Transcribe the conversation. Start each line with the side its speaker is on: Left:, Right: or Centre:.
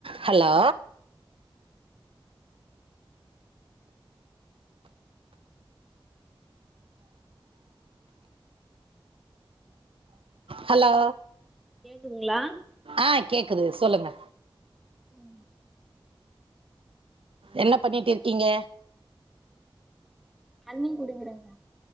Right: Hello hello
Centre: கேக்குதுங்ளா?
Right: ஆ கேக்குது சொல்லுங்க
Centre: ம்
Right: என்ன பண்ணிட்டு இருக்கீங்க?
Centre: அண்ணி குடுங்குறாங்க